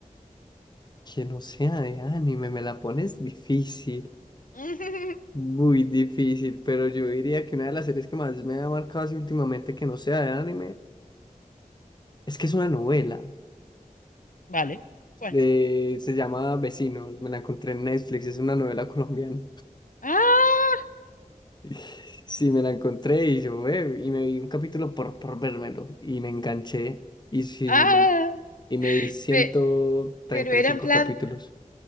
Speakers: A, on the left; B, on the left.
A: que no sea de anime, me la pones difícil.
B: <laughs>
A: Muy difícil, pero yo diría que una de las series que más me ha marcado así últimamente que no sea de anime es que es una novela.
B: Vale. ¿Cuál?
A: Eh, se llama Vecinos, me la encontré en Netflix, es una novela <laughs> colombiana.
B: ¡Ah!
A: <laughs> Sí, me la encontré y yo, eh, y me vi un capítulo por, por vérmelo y me enganché y sí,
B: ¡Ah!
A: me, y me vi ciento
B: Pe-
A: treinta
B: pero era
A: y cinco
B: en plan,
A: capítulos.